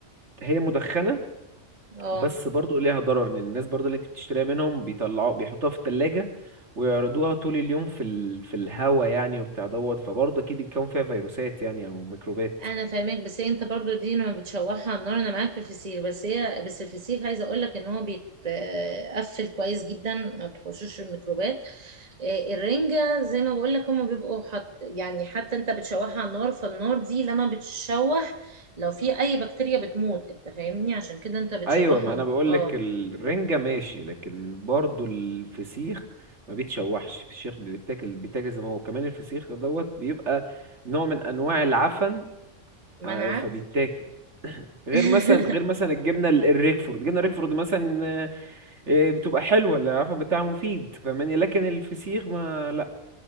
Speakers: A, on the right; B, on the right.
A: هي مدخنه
B: اه
A: بس برضو ليها ضرر ان الناس برضو اللي انت بتشتريها منهم بيطلعوا بيحطوها في التلاجة ويعرضوها طول اليوم في ال... في الهوا يعني وبتاع دوت فبرضه اكيد الكون فيها فيروسات يعني او ميكروبات
B: انا فاهمك بس هي انت برضو دي لما بتشوحها على النار انا معاك في الفسيخ بس هي بس الفسيخ عايزه اقول لك ان هو بيتقفل كويس جدا ما بتخشوش الميكروبات آه، الرنجه زي ما بقول لك هما بيبقوا حط يعني حتى انت بتشوحها على النار فالنار دي لما بتشوح لو في اي بكتيريا بتموت انت فاهمني عشان كده انت بتشوحها
A: ايوه ما انا بقول
B: اه
A: لك الرنجة ماشي لكن برضو الفسيخ ما بيتشوحش الفسيخ بيتاكل بيتاكل زي ما هو كمان الفسيخ دوت بيبقى نوع من انواع العفن
B: منعه
A: ع- فبيتاكل غير
B: <laughs>
A: مثلا غير مثلا الجبنه ال- الريكفورد الجبنه الريكفورد مثلا آه، آه، بتبقى حلوه العفن بتاعها مفيد فاهماني لكن الفسيخ ما لا